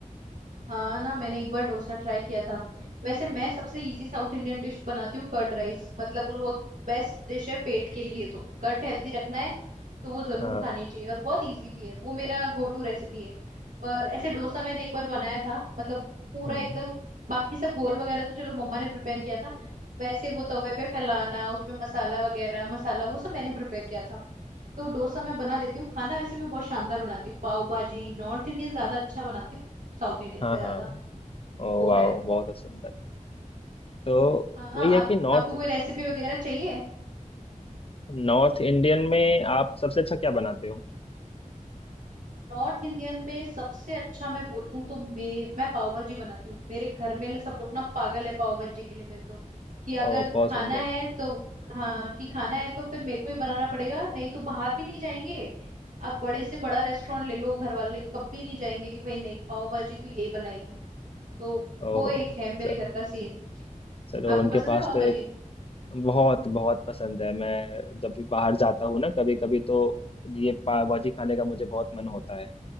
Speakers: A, on the right; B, on the left.
A: हाँ ना मैंने एक बार डोसा ट्राई किया था वैसे मैं सबसे इजी साउथ इंडियन डिश बनाती हूँ कर्ड राइस मतलब वो बेस्ट डिश है पेट के लिए तो कर्ड हेल्दी रखना है तो वो जरूर
B: हाँ
A: खानी चाहिए और बहुत इजी भी है वो मेरा गो टू रेसिपी है पर ऐसे डोसा मैंने एक बार बनाया था मतलब पूरा
B: हम्म
A: एकदम बाकी सब घोल वगैरह तो चलो मम्मा ने प्रिपेयर किया था वैसे वो तवे पे फैलाना उसमें मसाला वगैरह मसाला वो सब मैंने प्रिपेयर किया था तो डोसा मैं बना लेती हूँ खाना वैसे मैं बहुत शानदार बनाती हूँ पाव भाजी नॉर्थ इंडियन ज्यादा अच्छा बनाती हूँ साउथ इंडियन
B: हाँ
A: से ज्यादा
B: हाँ ओ
A: वो
B: वाह
A: है
B: बहुत सुंदर तो
A: हाँ
B: वही है
A: आप
B: कि नॉर्थ
A: आपको कोई रेसिपी वगैरह चाहिए
B: नॉर्थ इंडियन में आप सबसे अच्छा क्या बनाते हो
A: नॉर्थ इंडियन में सबसे अच्छा मैं बोलूँ तो मैं मैं पाव भाजी बनाती हूँ मेरे घर में ले- सब लोग ना पागल है पाव भाजी के लिए मेरे तो कि अगर
B: ओ बहुत
A: खाना
B: सुंदर
A: है तो हाँ कि खाना है तो फिर मेरे को ही बनाना पड़ेगा नहीं तो बाहर भी नहीं जाएंगे आप बड़े से बड़ा रेस्टोरेंट ले लो घर वाले कभी नहीं जाएंगे कि भाई नहीं पाव भाजी तो यही बनाएगी तो
B: ओह
A: वो एक है मेरे
B: चलो
A: घर का सीन
B: चलो
A: आपको
B: उनके
A: पसंद
B: पास
A: है पाव
B: तो
A: भाजी
B: एक बहुत बहुत पसंद है मैं जब भी बाहर जाता हूँ ना कभी कभी तो ये पाव भाजी खाने का मुझे बहुत मन होता है